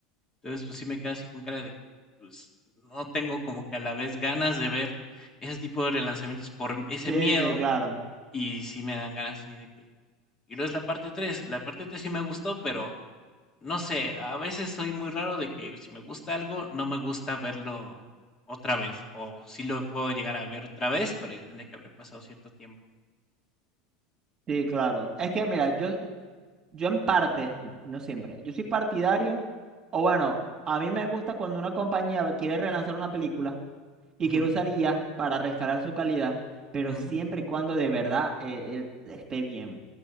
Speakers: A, on the left (about 20°); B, on the right (about 30°).
A: Entonces, pues sí me quedo así con cara de que pues, no tengo como que a la vez ganas de ver ese tipo de relanzamientos por ese
B: Sí,
A: miedo
B: sí, claro.
A: y sí me dan ganas así de que y luego es la parte tres la parte 3 sí me gustó, pero no sé, a veces soy muy raro de que si me gusta algo, no me gusta verlo otra vez, o sí lo puedo llegar a ver otra vez, pero ya tendría que haber pasado cierto tiempo.
B: Sí, claro. Es que mira, yo, yo en parte, no siempre, yo soy partidario, o bueno, a mí me gusta cuando una compañía quiere relanzar una película. y
A: Ujú,
B: quiero usar IA para rescalar su calidad, pero
A: ujú,
B: siempre y cuando de verdad eh, eh, esté bien.